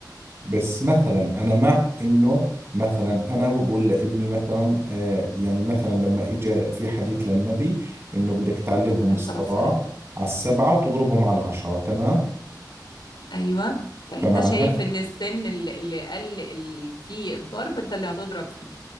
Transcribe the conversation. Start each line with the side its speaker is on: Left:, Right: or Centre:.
Right: بس مثلا انا مع انه مثلا انا بقول لابني مثلا آه يعني مثلا لما اجى في حديث للنبي انه بدك تعلمهم
Left: عليه
Right: الصلاة
Left: الصلاة والسلام
Right: على السبعة وتضربهم على العشرة تمام
Left: أيوة فأنت
Right: فمعناه
Left: شايف إن السن اللي اللي قل ال- فيه الضرب أنت اللي هتضرب فيه